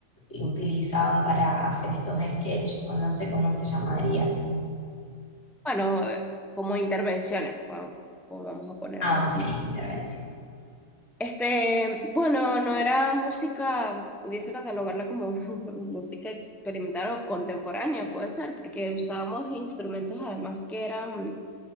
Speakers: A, on the left; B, in the centre.
A: utilizaban para hacer estos sketches? O no sé cómo se llamaría.
B: Bueno, eh, como intervenciones, va- o vamos a ponerlo
A: Ah,
B: así.
A: ok, intervención.
B: Este, bueno, no era música, pudiese catalogarla como <laughs> música experimental o contemporánea, puede ser, porque usábamos instrumentos además que eran